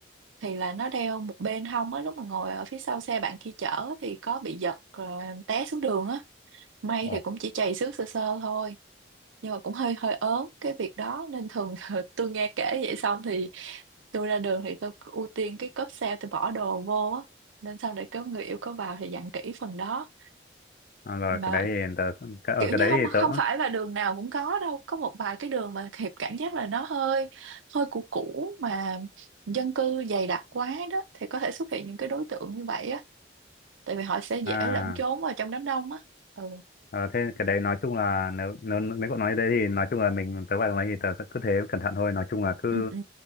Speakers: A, on the right (about 85°); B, on the left (about 45°).
A: thì là nó đeo một bên hông á lúc mà ngồi ở phía sau xe bạn kia chở thì có bị giật ờ, té xuống đường á may
B: ồ
A: thì cũng chỉ chày xước sơ sơ thôi nhưng mà cũng hơi hơi ớn cái việc đó nên thường <laughs> tôi nghe kể vậy xong thì tôi ra đường thì tôi ưu tiên cái cốp xe tôi bỏ đồ vô á nên sau để có người yêu có vào thì dặn kỹ phần đó
B: à, rồi
A: mà
B: cái đấy thì tớ cái, ở
A: kiểu
B: cái
A: như
B: đấy
A: không
B: thì
A: không
B: tớ
A: phải là đường nào cũng có đâu có một vài cái đường mà Hiệp cảm giác là nó hơi hơi cũ cũ mà dân cư dày đặc quá đó thì có thể xuất hiện những cái đối tượng như vậy á tại vì họ sẽ dễ
B: à
A: lẫn trốn vào trong đám đông á ừ
B: ờ, thế cái đấy nói chung là nếu nếu nếu cậu nói thế thì nói chung là mình tớ vào cái đấy thì tớ sẽ cứ thế cẩn thận thôi nói chung là cứ
A: ừ ừ